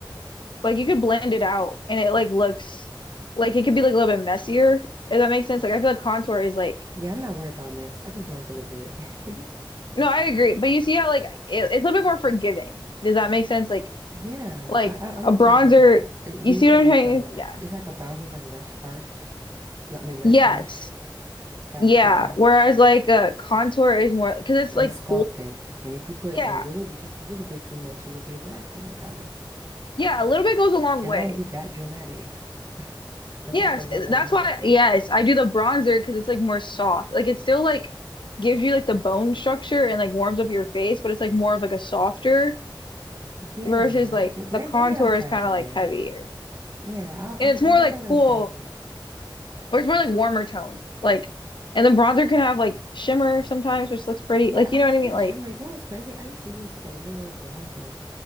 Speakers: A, on the left (about 70°); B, on the right (about 40°).
A: like you could blend it out and it like looks like it could be like a little bit messier. If that makes sense. Like I feel like contour is like
B: Yeah, I'm not worried about mess. I just want to look good. <laughs>
A: No, I agree. But you see how like it, it's a little bit more forgiving. Does that make sense? Like
B: Yeah,
A: like
B: I, I, I'm
A: a
B: gonna
A: bronzer,
B: try that out. Uh,
A: you
B: Do you
A: see
B: feel
A: what
B: like
A: I'm trying
B: uh,
A: to, yeah.
B: it's like a bronzer is like less harsh? L- I mean, less
A: Yes.
B: harsh. Got
A: Yeah.
B: you.
A: Whereas like a contour is more because it's
B: It's
A: like
B: sculpting.
A: cool.
B: And if you put
A: Yeah.
B: a little bit, just a little bit too much, you will be a drag queen, kind of.
A: Yeah, a little bit goes a long
B: And
A: way.
B: I want to be that dramatic. <laughs> That's
A: Yes,
B: not the look I
A: that's
B: want to
A: why
B: go for.
A: yes, I do the bronzer because it's like more soft. Like it still like gives you like the bone structure and like warms up your face, but it's like more of like a softer
B: Yeah,
A: versus like
B: maybe,
A: the contour
B: maybe I'll try
A: is kind
B: that.
A: of like heavier.
B: Yeah,
A: And
B: I'll, I'll-
A: it's more
B: I'm definitely
A: like
B: gonna
A: cool
B: try that.
A: Or it's more like warmer tone. Like, and the bronzer can have like shimmer sometimes, which looks pretty.
B: Yeah,
A: Like, you
B: I've
A: know what
B: seen
A: I mean?
B: a
A: Like,
B: shimmer. You know what's crazy? I used to use a literal bronzer